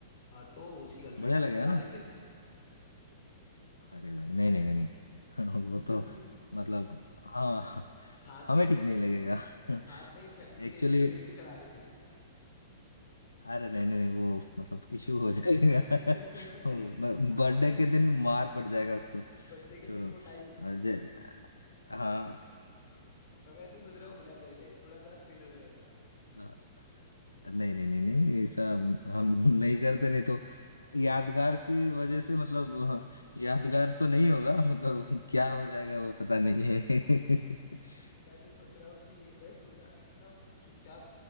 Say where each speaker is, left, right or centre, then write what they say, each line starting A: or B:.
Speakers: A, on the left (about 50°); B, on the left (about 85°).
A: अ, तो उसकी गर्लफ्रेंड
B: बढ़िया
A: को
B: लगेगा
A: भी बुला
B: ना
A: ले फिर
B: अरे भाई नहीं नहीं नहीं नहीं <laughs>
A: <laughs>
B: वो तो मतलब हाँ
A: साथ
B: हमें
A: में
B: ठीक
A: ही
B: नहीं लगेगा <laughs>
A: साथ में ही फैमिली से
B: एक्चुअली
A: इंट्रोड्यूस भी करा देते
B: अरे नहीं नहीं नहीं वो मतलब इशू हो जाएगा
A: <laughs>
B: <laughs> बर्थडे
A: आ,
B: के दिन मार पड़ जाएगा उसको
A: बर्थडे के
B: छोड़ो
A: दिन कोटाई
B: अ, जे- हाँ
A: और मैं तो सोच रहा हूँ बुला लिया जाए थोड़ा सा थ्रिल हो जाएगा
B: अ, नहीं नहीं नहीं नहीं ऐसा हम नहीं करते नहीं तो यादगार की वजह से मतलब अ, यादगार तो नहीं होगा मतलब क्या हो जाएगा वो पता नहीं है <laughs>
A: मैं तो सोच रहा हूँ कि मैं सोच रहा था क्यों ना चुपचाप